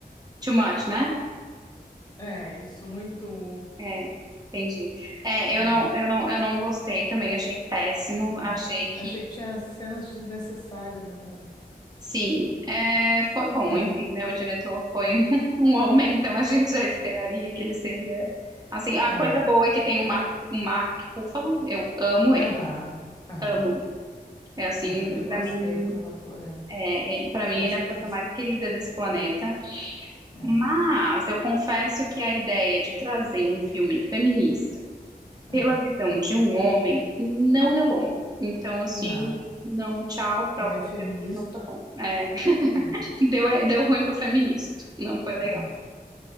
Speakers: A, on the right; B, on the left.
A: Too much, né?
B: É, isso muito.
A: É, entendi. É,
B: É,
A: eu não, eu não, eu não gostei também, achei péssimo.
B: é.
A: Achei que,
B: Eu achei que tinha cenas desnecessárias, né, Barbie?
A: sim, é, foi bom,
B: Aham,
A: enfim, né? O diretor foi <laughs> um homem, então a gente já esperaria que ele seria. Assim, a
B: aham,
A: coisa boa é que tem o Mark, o Mark Ruffalo, eu amo ele,
B: aham, aham.
A: amo. É assim,
B: aham. Eu
A: pra
B: gosto
A: mim.
B: dele como ator, é.
A: É, ele, para mim,
B: Com
A: ele
B: certeza.
A: é a coisa mais querida desse planeta.
B: É.
A: Mas eu confesso que a ideia de trazer um filme feminista
B: aham.
A: pela visão de um homem não deu bom. Então, assim,
B: Não,
A: não, tchau, pra
B: ele é feminista.
A: criatura não foi bom. É, <laughs>
B: É,
A: deu, é, deu ruim pro feminista, não foi legal.
B: é.